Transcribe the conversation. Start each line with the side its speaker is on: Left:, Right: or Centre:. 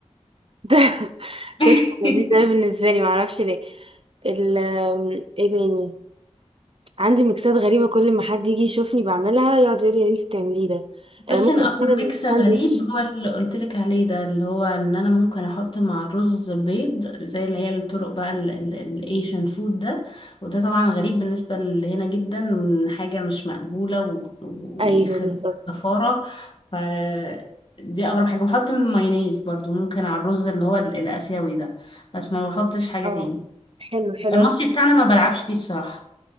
Right: <laughs> ده
Left: <laughs>
Right: تطلع لذيذ أوي بالنسبة لي معرفش ليه ال ايه تاني عندي ميكسات غريبة كل ما حد يجي يشوفني بعملها يقعد يقول لي اللي انت بتعمليه ده آه،
Left: بس
Right: ممكن
Left: انا اكبر
Right: اعمل
Left: ميكس غريب
Right: ساندوتش
Left: هو اللي قلت لك عليه ده اللي هو ان انا ممكن احط مع الرز بيض زي اللي هي الطرق بقى الايشن فود ده وده طبعا غريب بالنسبه لهنا جدا حاجه مش مقبوله و- ويخرب
Right: ايوه بالظبط
Left: الزفاره ف دي اغرب حاجه بحط من مايونيز برضو ممكن على الرز اللي هو ال- الاسيوي ده بس ما بحطش حاجه
Right: اه
Left: تاني
Right: حلو حلو
Left: المصري
Right: انا
Left: بتاعنا ما بلعبش فيه الصراحه